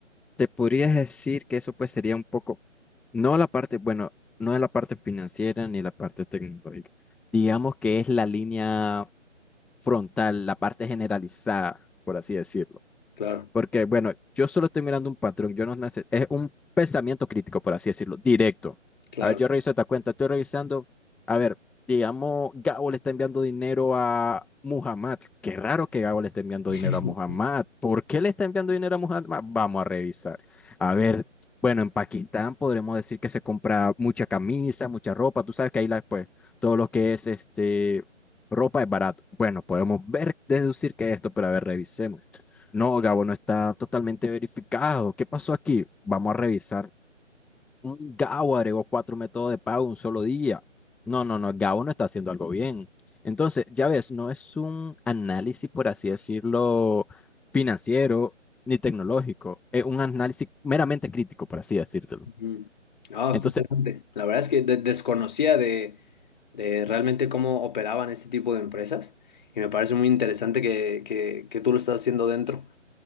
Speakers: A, in the centre; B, on the left.
A: Te podrías decir que eso pues sería un poco, no la parte, bueno, no es la parte financiera ni la parte tecnológica. Digamos que es la línea frontal, la parte generalizada, por así decirlo.
B: Claro,
A: Porque, bueno, yo solo estoy mirando un patrón, yo no nece- es un pensamiento crítico, por así decirlo, directo.
B: claro.
A: A ver, yo reviso esta cuenta, estoy revisando, a ver, digamos, Gabo le está enviando dinero a Muhammad. Qué raro que Gabo le esté enviando
B: <laughs>
A: dinero a Muhammad. ¿Por qué le está enviando dinero a Muhammad? Vamos a revisar. A ver, bueno, en Pakistán podremos decir que se compra mucha camisa, mucha ropa, tú sabes que ahí la, pues, todo lo que es este, ropa es barato. Bueno, podemos ver, deducir que es esto, pero a ver, revisemos. No, Gabo no está totalmente verificado. ¿Qué pasó aquí? Vamos a revisar. Mm, Gabo agregó cuatro métodos de pago en un solo día. No, no, no, Gabo no está haciendo algo bien. Entonces, ya ves, no es un análisis, por así decirlo, financiero ni tecnológico. Es un análisis meramente crítico, por así decírtelo.
B: Mm. Ah,
A: Entonces,
B: qué interesante. La verdad es que de- desconocía de, de realmente cómo operaban este tipo de empresas y me parece muy interesante que, que- que tú lo estás haciendo dentro.